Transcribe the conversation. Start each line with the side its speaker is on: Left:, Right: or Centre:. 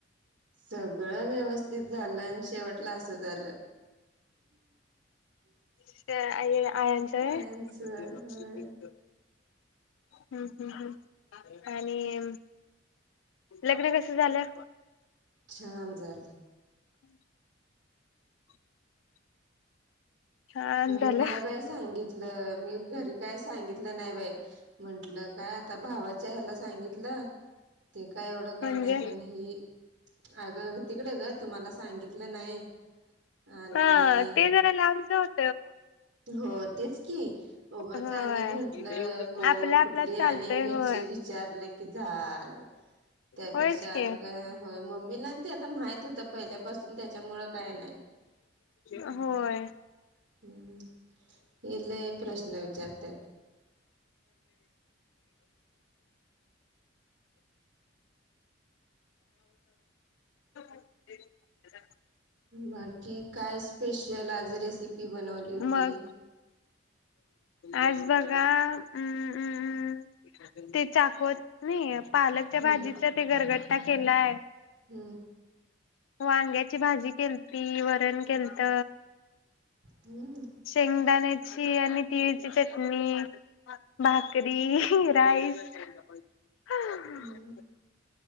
Right: सगळं व्यवस्थित झालं अन् शेवटला असं झालं
Left: श आययेला आयांच हम्म
Right: सायन्स होय
Left: हम्म हम्म आणि लग्न कस झालं?
Right: छान झाल.
Left: <inaudible> छान
Right: मी
Left: झालं
Right: नाही बाई सांगितलं मी घरी काय सांगितलं नाही बाई म्हंटलं काय आता भावाच्या ह्याला सांगितलं ते काय एवढं काय
Left: म्हणजे
Right: नाही पण ही अगं तिकडं ग तुम्हाला सांगितलं नाही आणि
Left: ह ते जरा लांबच होत
Right: हो तेच की उगाच
Left: होय
Right: आणि म्हंटलं कोण
Left: आपला आपलाच
Right: कुठली
Left: चालतय
Right: आणि विच
Left: होय.
Right: विचारलं की झाल. त्यापेक्षा
Left: होयच की.
Right: आपलं होय मम्मीला ते आता माहित होतं पहिल्यापासून त्याच्यामुळं काय नाही. हम्म
Left: होय.
Right: हम्म हे लय प्रश्न विचारतात.
Left: <unintelligible> <inaudible> <inaudible>
Right: बाकी काय स्पेशल आज रे रेसिपी बनवली होती?
Left: मग आज बघा हम्म हम्म ते चाकवत नाही पालकच्या
Right: हम्म
Left: भाजीच ते घरगट केलाय.
Right: हम्म
Left: वांग्याची भाजी केलती. वरण केलत.
Right: हम्म
Left: शेगदान्या ची आणि तळची चटणी. भाकरी राईस <unintelligible> हा ह
Right: हम्म
Left: <unintelligible>